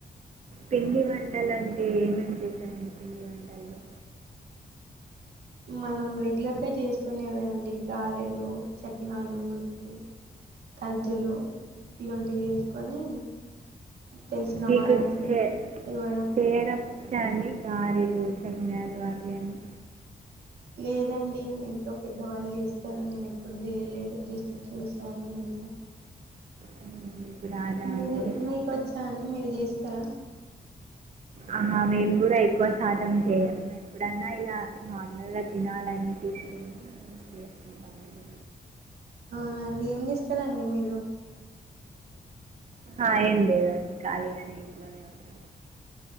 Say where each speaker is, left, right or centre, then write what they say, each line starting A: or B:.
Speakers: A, on the right; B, on the right.
A: పిండి వంటలు అంటే ఏమేం చేశారండి పిండి వంటలు
B: మనం రెగ్యులర్గా చేసుకునేవే అండి గారెలు చకినాలు మురుకులు కర్జలు ఇలాంటివి చేసుకొని తెలిసిన
A: మీకు
B: వాళ్ళకి
A: చే
B: ఇవ్వడం
A: చేయడం వచ్చా అండి గారెలు చకినాలు అవి అన్ని
B: లేదండి ఇంట్లో పెద్దవాళ్ళు చేస్తారు నేను ఎప్పుడు చేయలేదు జస్ట్ చూసాను అంతే
A: ఆ, మీకు రాదా
B: మీరు
A: అండి
B: మీకు వచ్చా అండి మీరు చేస్ స్తర
A: ఆహ మేము కూడా ఎక్కువ శాతం చేయము ఎప్పుడన్నా ఇలా నార్మల్గా తినాలనిపిస్తేనే మేము చేసుకుంటామండి
B: అవునండి ఏం చేస్తారండి మీరు
A: ఆ ఏం లేదు అండి ఖాళీగానే ఇంట్లోనే ఉంటా